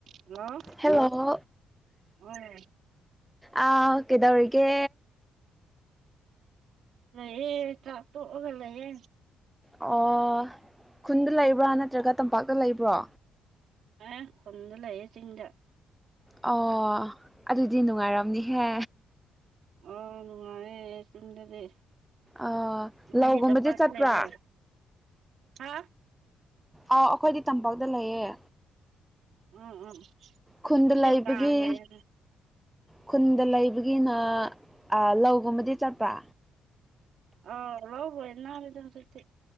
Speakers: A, on the right; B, in the centre.
A: hello
B: hello
A: ꯍꯣꯏ
B: ꯑꯥꯎ ꯀꯩꯗꯧꯔꯤꯒꯦ
A: ꯂꯩꯌꯦ ꯆꯥꯛ ꯇꯣꯛꯑꯒ ꯂꯩꯌꯦ
B: ꯑꯣ ꯈꯨꯟꯗ ꯂꯩꯕ꯭ꯔꯥ ꯅꯠꯇ꯭ꯔꯒ ꯇꯝꯄꯥꯛꯇ ꯂꯩꯕ꯭ꯔꯣ
A: ꯑꯦ ꯈꯨꯟꯗ ꯂꯩꯌꯦ ꯆꯤꯡꯗ
B: ꯑꯣ ꯑꯗꯨꯗꯤ ꯅꯨꯡꯉꯥꯏꯔꯝꯅꯤꯍꯦ
A: ꯑꯣ ꯅꯨꯡꯉꯥꯏꯌꯦ ꯆꯤꯡꯗꯗꯤ
B: ꯑ
A: ꯅꯣꯏꯗꯤ
B: ꯂꯧꯒꯨꯝꯕꯗꯤ
A: ꯇꯝꯄꯥꯛꯇ
B: ꯆꯠꯄ꯭ꯔꯥ
A: ꯂꯩꯕ꯭ꯔꫭ ꯍꯥ
B: ꯑꯥꯎ ꯑꯩꯈꯣꯏꯗꯤ ꯇꯝꯄꯥꯛꯇ ꯂꯩꯌꯦ
A: ꯎꯝ ꯎꯝ
B: ꯈꯨꯟꯗ
A: ꯉꯁꯤ
B: ꯂꯩꯕꯒꯤ
A: ꯀꯥꯡ ꯂꯩꯌꯦꯅꯦ
B: ꯈꯨꯟꯗ ꯂꯩꯕꯒꯤꯅ ꯑꯥ ꯂꯧꯒꯨꯝꯕꯗꯤ ꯆꯠꯄ꯭ꯔꯥ
A: ꯑ ꯂꯧ ꯂꯣꯏꯅꯔꯦꯗ ꯍꯧꯖꯤꯛꯇꯤ